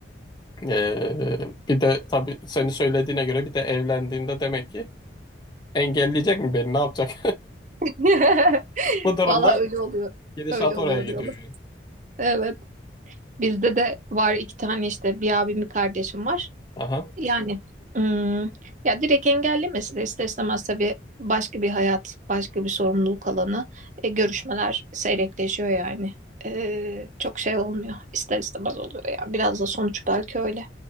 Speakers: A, on the left; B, on the right.
A: Ee, bir de tabii seni söylediğine göre bir de evlendiğinde demek ki engelleyecek mi beni ne yapacak?
B: <laughs>
A: <laughs> Bu durumda
B: Valla öyle oluyor.
A: gidişat
B: Öyle oluyor
A: oraya gidiyor.
B: diyorlar.
A: yani.
B: Evet. Bizde de var iki tane işte bir abim bir kardeşim var.
A: Aha.
B: Yani hmm, ya direkt engellemesi de ister istemez tabii başka bir hayat, başka bir sorumluluk alanı. E, görüşmeler seyrekleşiyor yani. E, çok şey olmuyor. İster istemez oluyor yani. Biraz da sonuç belki öyle.